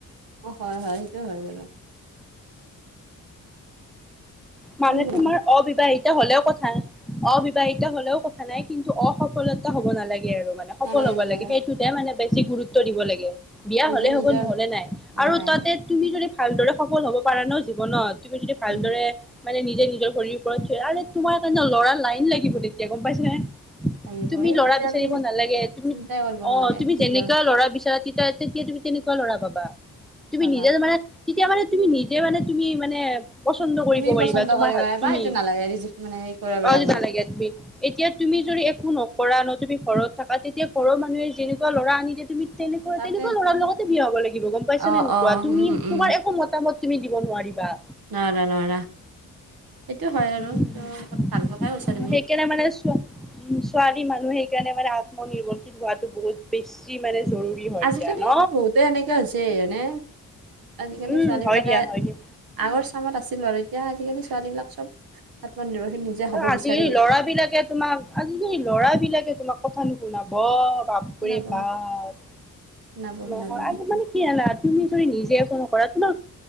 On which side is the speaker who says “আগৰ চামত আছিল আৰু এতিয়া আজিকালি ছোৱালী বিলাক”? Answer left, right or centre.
Right